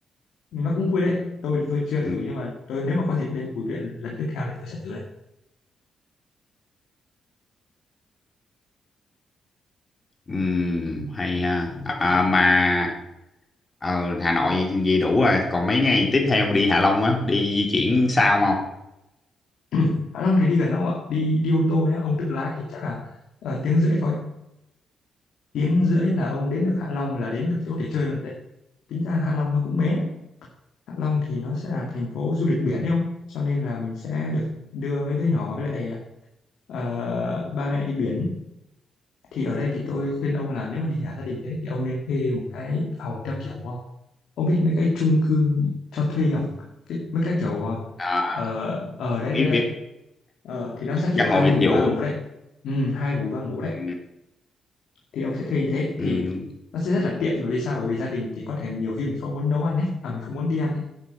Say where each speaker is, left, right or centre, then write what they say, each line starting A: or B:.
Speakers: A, on the left (about 75°); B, on the left (about 35°).
A: nó cũng vui đấy tôi thì tôi chưa
B: ừ.
A: thử nhưng mà tôi nếu mà có dịp lên Bùi Viện lần tiếp theo thì tôi sẽ thử đấy
B: Ừm, hay ha à, mà ở Hà Nội gì đủ rồi còn mấy ngày tiếp theo đi Hạ Long á đi di chuyển sao không
A: <clears throat> Hạ Long thì đi gần đâu ạ đi đi ô tô nhé ông tự lái thì chắc là ờ, tiếng rưỡi thôi tiếng rưỡi là ông đến được Hạ Long là đến được chỗ để chơi rồi đấy tính ra Hạ Long nó cũng bé Hạ Long thì nó sẽ là thành phố du lịch biển đấy không cho nên là mình sẽ được đưa mấy đứa nhỏ với lại ờ, ba mẹ đi biển thì ở đây thì tôi khuyên ông là nếu mà đi cả gia đình thế thì ông nên thuê một cái phòng theo kiểu ờ, ông biết mấy cái chung cư cho thuê không cái, mấy cái kiểu
B: à,
A: ờ ở đấy
B: biết
A: đấy đấy
B: biết
A: Ờ, thì nó sẽ kiểu
B: căn
A: hai
B: hộ dịch
A: ngủ
B: vụ
A: ba ngủ đấy ừ, hai ngủ ba ngủ đấy
B: ừ.
A: thì ông sẽ thuê như thế
B: Ừ.
A: thì nó sẽ rất là tiện bởi vì sao bởi vì gia đình thì có thể nhiều khi mình không muốn nấu ăn ấy à mình không muốn đi ăn ấy